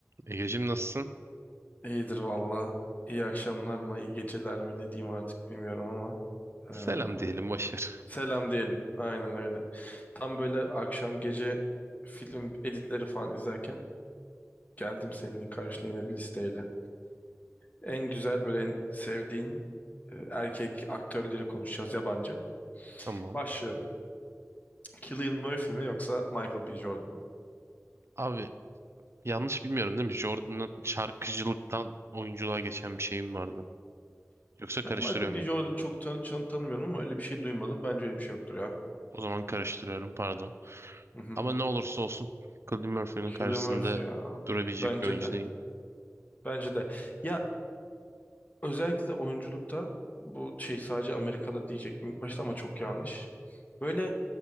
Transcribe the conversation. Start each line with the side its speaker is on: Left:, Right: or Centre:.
Right: Egeciğim nasılsın?
Left: İyidir valla. İyi akşamlar mı, iyi geceler mi ne diyeyim artık bilmiyorum ama. eee,
Right: Selam diyelim boş ver.
Left: selam diyelim. Aynen öyle. Tam böyle akşam gece film editleri falan izlerken geldim senin karşına yine bir listeyle. En güzel böyle en sevdiğin e, erkek aktörleri konuşacağız yabancı.
Right: Tamam.
Left: Başlıyorum. Cillian Murphy mi yoksa Michael B. Jordan mu?
Right: Abi yanlış bilmiyorum değil mi? Jordan'ın şarkıcılıktan oyunculuğa geçen bir şeyim vardı. Yoksa karıştırıyor
Left: Ben Michael
Right: muyum?
Left: B. Jordan'ı çok tan tan- tanımıyorum ama öyle bir şey duymadım. Bence öyle bir şey yoktur ya.
Right: O zaman karıştırıyorum pardon.
Left: Hı hı.
Right: Ama ne olursa olsun Cillian Murphy'nin
Left: Cillian
Right: karşısında
Left: Murphy ya.
Right: durabilecek
Left: Bence
Right: bir oyuncu
Left: de.
Right: değil.
Left: Bence de. Ya özellikle oyunculukta bu şey sadece Amerika'da diyecektim ilk başta ama çok yanlış. Böyle